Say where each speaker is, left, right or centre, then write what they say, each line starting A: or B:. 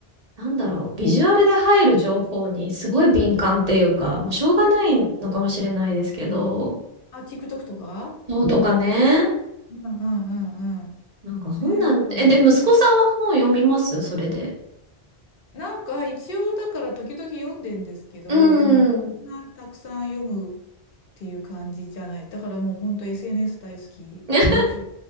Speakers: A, on the right; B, on the left.
A: う、なんだろう、ビジュアルで入る情報にすごい敏感っていうか、もうしょうがないのかもしれないですけど、
B: うんあ、TikTok とか
A: そうとかね。
B: うんうんうんうん。
A: なんか本なんて、
B: ねえ、だから、
A: え、で、息子さんは本読みますそれで。
B: なんか一応だから時々読んでんですけど、
A: うーん。
B: でもそんなたくさん読むっていう感じじゃない。だからもう本当 SNS 大好き、
A: <laughs> ね。
B: YouTube